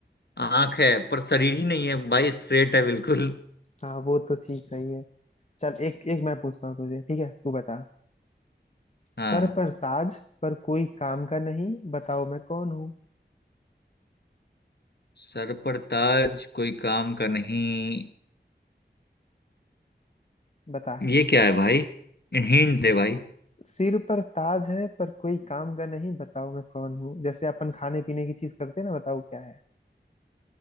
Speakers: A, on the left (about 60°); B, on the left (about 35°).
A: आंख है पर शरीर ही नहीं है भाई स्ट्रेट है बिल्कुल
B: हाँ वो तो चीज सही है चल एक एक मैं पूछता हूँ तुझे ठीक है तू बता
A: हाँ
B: सर पर ताज पर कोई काम का नहीं बताओ मैं कौन हूँ
A: सर पर ताज कोई काम का नहीं
B: बता
A: ये क्या है भाई हिंट दे भाई
B: सिर पर ताज है पर कोई काम का नहीं बताओ मैं कौन हूँ जैसे अपन खाने पीने की चीज करते हैं ना बताओ क्या है